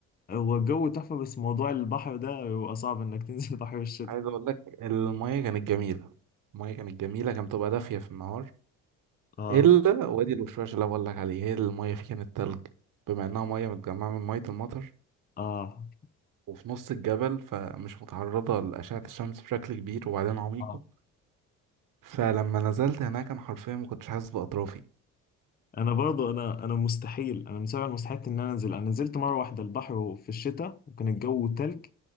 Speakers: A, on the left; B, on the right.
A: هو الجو تحفة بس موضوع البحر ده بيبقى صعب انك تنزل <laughs> البحر في الشتاء
B: عايز اقول لك المية كانت جميلة المية كانت جميلة كانت بتبقى دافية في النهار
A: اه
B: الا وادي الوشواش اللي أنا بقول لك عليه هي المية فيه كانت تلج بما انها مية متجمعة من مية المطر
A: اه
B: وفي نص الجبل فمش متعرضة لأشعة الشمس بشكل كبير وبعدين عميقة
A: اه
B: فلما نزلت هناك أنا حرفيا ما كنتش حاسس بأطرافي
A: انا برضو انا انا مستحيل انا من سبع المستحيلات ان انا انزل انا نزلت مره واحده البحر في الشتاء وكان الجو تلج